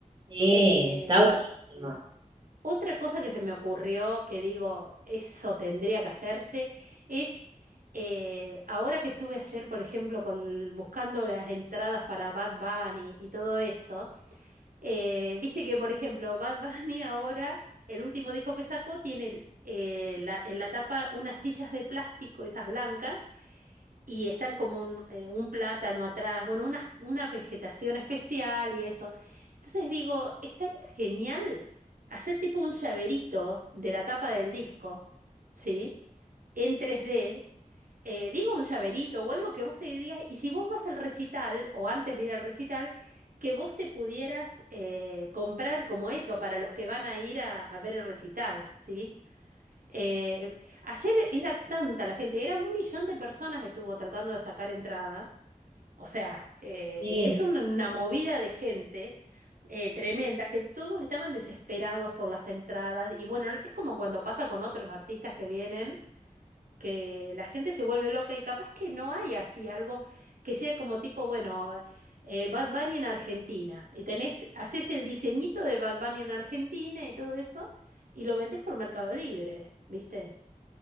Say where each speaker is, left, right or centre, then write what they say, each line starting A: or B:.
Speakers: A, on the right (about 35°); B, on the right (about 90°).
A: Sí,
B: Eh,
A: está buenísimo.
B: otra cosa que se me ocurrió, que digo, eso tendría que hacerse, es eh, ahora que estuve ayer, por ejemplo, con, buscando las entradas para Bad Bunny y todo eso, eh, viste que, por ejemplo, Bad <laughs> Bunny ahora, el último disco que sacó, tiene eh, la- en la tapa unas sillas de plástico, esas blancas, y están como un, eh, un plátano atrás, bueno, una, una vegetación especial y eso. Entonces digo, estaría genial hacer tipo un llaverito de la tapa del disco, ¿sí? En 3D. eh, digo un llaverito o algo que vos te digas, y si vos vas al recital o antes de ir al recital, que vos te pudieras eh, comprar como eso para los que van a ir a, a ver el recital, ¿sí? Eh, ayer era tanta la gente, era un millón de personas que estuvo tratando de sacar entrada. O sea, eh,
A: Sí.
B: es un- una movida de gente eh, tremenda que todos estaban desesperados por las entradas. Y bueno, es como cuando pasa con otros artistas que vienen, que la gente se vuelve loca y capaz que no hay así algo que sea como tipo, bueno, eh, Bad Bunny en Argentina. Y tenés, haces el diseñito de Bad Bunny en Argentina y todo eso y lo vendés por Mercado Libre, ¿viste?